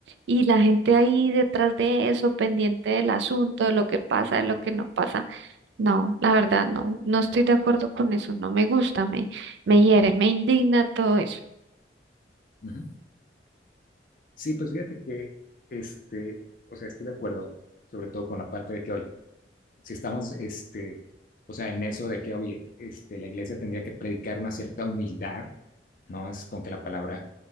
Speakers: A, on the right (about 70°); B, on the left (about 50°).
A: Y la gente ahí detrás de eso, pendiente del asunto, de lo que pasa, de lo que no pasa. No, la verdad, no, no estoy de acuerdo con eso, no me gusta, me, me hiere, me indigna todo eso.
B: Ajá. Sí, pues fíjate que, este, o sea, estoy de acuerdo, sobre todo con la parte de que, oye, si estamos, este, o sea, en eso de que, oye, este, la iglesia tendría que predicar una cierta humildad, ¿no? Es con que la palabra,